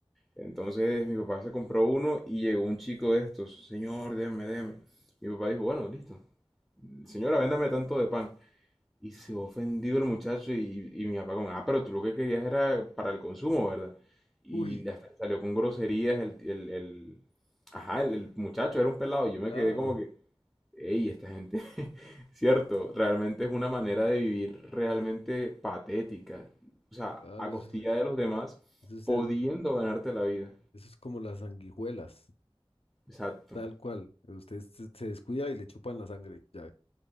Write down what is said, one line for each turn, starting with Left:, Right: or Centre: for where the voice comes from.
Centre: Entonces mi papá se compró uno y llegó un chico de estos, señor, deme, deme. Mi papá dijo, bueno, listo, señora, véndame tanto de pan. Y se ofendido el muchacho y, y mi papá como, ah, pero tú lo que querías era para el consumo, ¿verdad? Y
Left: <laughs> Uy,
Centre: hasta le salió con groserías el, el, el- ajá, el, el muchacho era un pelado. Y yo
Left: claro,
Centre: me quedé como que, hey, esta gente, <laughs> cierto, realmente es una manera de vivir realmente patética. O sea,
Left: claro,
Centre: a costilla
Left: eso es,
Centre: de los demás,
Left: eso es
Centre: pudiendo
Left: ser uno-
Centre: ganarte la vida.
Left: eso es como las sanguijuelas,
Centre: Exacto.
Left: tal cual. Usted se se descuida y le chupan la sangre, ya